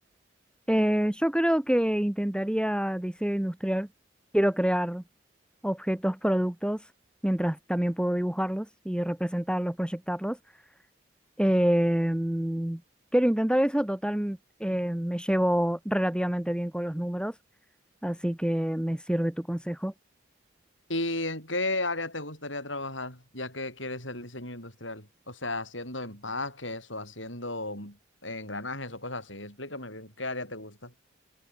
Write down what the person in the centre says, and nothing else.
Eh, yo creo que intentaría diseño industrial, quiero crear objetos, productos, mientras también puedo dibujarlos y representarlos, proyectarlos. Em, quiero intentar eso, total, eh, me llevo relativamente bien con los números. así que me sirve tu consejo.